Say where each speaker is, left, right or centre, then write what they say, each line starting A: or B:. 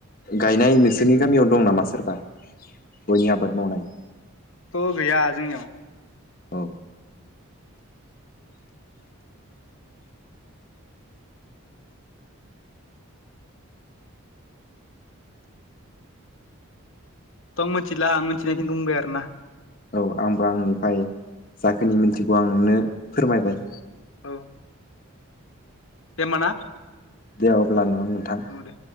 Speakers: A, on the left; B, on the left.
A: गायनाय नोंसोरनि गामियाव दं नामा सोरबा? गयनि आबाद मावनाय।
B: थ' गैया जोंनियाव
A: औ
B: थ' आं मिथिला आं मिथिनायखौ बुंबाय आरो ना।
A: औ आंबो आंनिफ्राय जाखोनि मिन्थिगौ आं नोंनो फोरमायबाय।
B: औ दे होनबा ना।
A: दे अब्ला ना नोंथां
B: औ दे